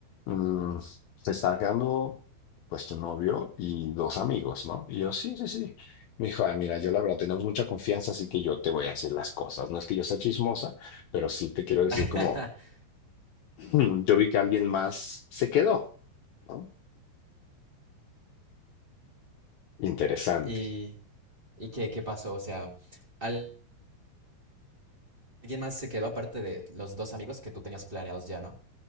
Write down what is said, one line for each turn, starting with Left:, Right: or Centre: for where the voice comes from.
Left: mm, te está quedando pues tu novio y dos amigos, ¿no? Y yo, sí, sí, sí. Me dijo, "Ah, mira, yo la verdad tenemos mucha confianza, así que yo te voy a decir las cosas. No es que yo sea chismosa, pero sí te quiero decir
Right: <laughs>
Left: como, "Mm, yo vi que alguien más se quedó, ¿no? Interesante.
Right: ¿Y, y qué, qué pasó? O sea, al- alguien más se quedó aparte de los dos amigos que tú tenías planeados ya, ¿no?